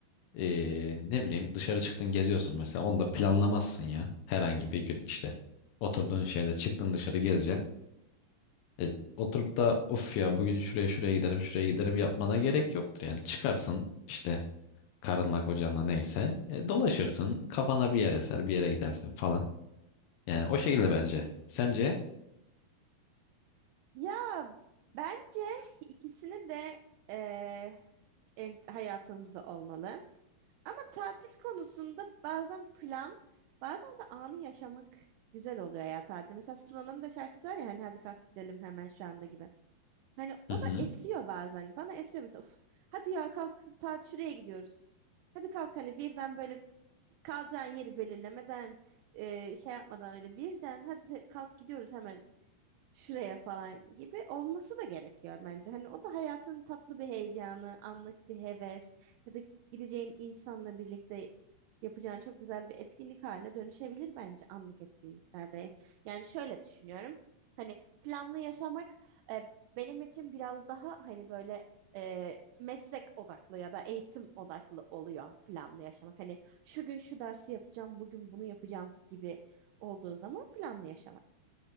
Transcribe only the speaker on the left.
e, ne bileyim dışarı çıktın geziyorsun mesela onu da planlamazsın ya. Herhangi bir gün işte oturduğun şeyde çıktın dışarı gezeceksin. E, oturup da of ya bugün şuraya şuraya giderim şuraya giderim yapmana gerek yoktur. Yani çıkarsın işte karınla kocanla neyse e, dolaşırsın kafana bir yer eser bir yere gidersin falan. Yani
o şekilde bence. Sence?
Hı
hı.